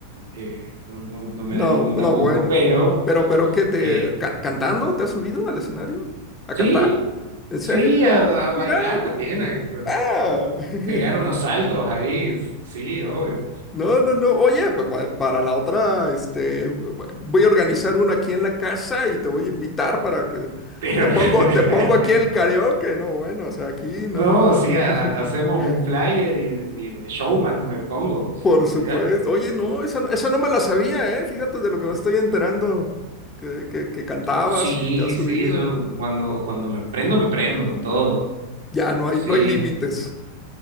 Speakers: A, on the right (about 65°); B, on the left (about 20°).
A: eh, no, no- no me
B: No,
A: da ningún tapujo,
B: no, bueno.
A: pero
B: Pero, pero ¿qué te
A: eh,
B: ca- cantando? ¿Te has subido al escenario? ¿A
A: sí,
B: cantar? ¿En serio?
A: sí,
B: Oh,
A: a, a bailar
B: mira.
A: también, a a
B: Ah. <laughs>
A: pegar unos saltos ahí, sí, obvio.
B: No, no, no. Oye, pues, pa- para la otra, este, v- voy a organizar una aquí en la casa y te voy a invitar para que
A: Pero
B: te pongo,
A: <laughs>
B: te pongo aquí el karaoke. No, bueno, o sea, aquí, no,
A: No,
B: no, no.
A: sí,
B: <laughs>
A: ha- ha- hacemos un flyer y, y de showman me pongo,
B: Por
A: olvídate.
B: supuesto. Oye, no, esa, no esa no me la sabía, ¿eh? Fíjate de lo que me estoy enterando. Que, que- que cantabas
A: Sí,
B: y te has subido.
A: sí, yo cuando, cuando me prendo, me prendo con todo.
B: Ya, no hay,
A: Sí.
B: no hay límites.